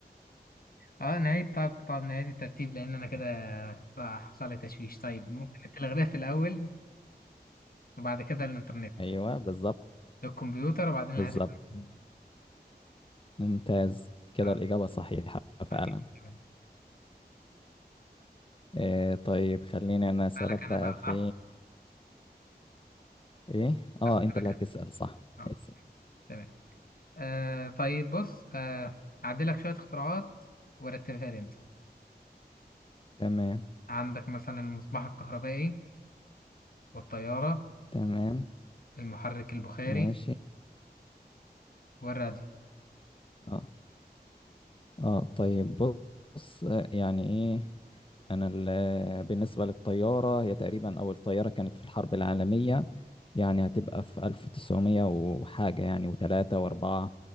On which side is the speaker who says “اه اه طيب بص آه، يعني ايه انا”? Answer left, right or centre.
Left